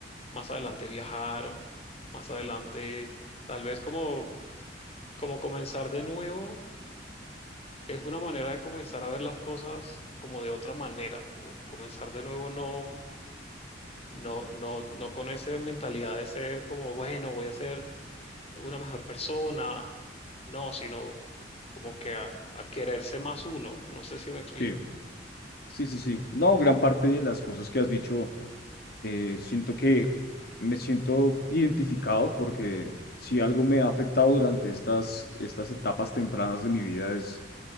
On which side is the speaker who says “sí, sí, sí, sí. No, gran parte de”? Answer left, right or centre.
Left